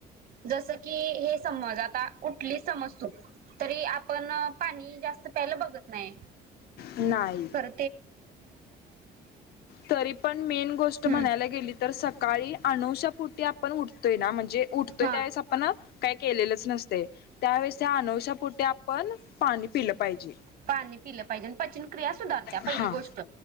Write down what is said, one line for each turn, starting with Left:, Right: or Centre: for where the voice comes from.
Right: जसं की हे समज, आता उठली समज तू. तरी आपण पाणी जास्त प्यायला बघत नाही,
Left: नाही.
Right: खर
Left: तरी पण मेन गोष्ट म्हणायला
Right: हम्म
Left: गेली तर, सकाळी अनुशापुटी आपण उठतोय ना, म्हणजे उठतोय
Right: हा
Left: त्यावेळेस आ पण काय केलेलंच नस तंय. त्यावेळेस त्या अनवश्यापोटी आपण पाणी पिलं पाहिजे.
Right: पाणी पिलं पाहिजे आणि पचन क्रिया सुधारत्या पहिली
Left: हा
Right: गोष्ट.